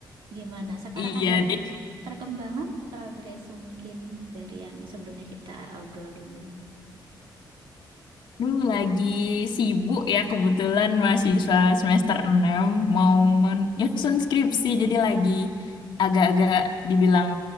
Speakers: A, on the right; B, on the left.
A: Gimana? Sekarang
B: Iya
A: ada
B: nih.
A: perkembangan, progres mungkin dari yang sebelumnya kita obrolin.
B: Lu lagi sibuk ya kebetulan mahasiswa semester 6 mau menyusun skripsi jadi lagi agak-agak dibilang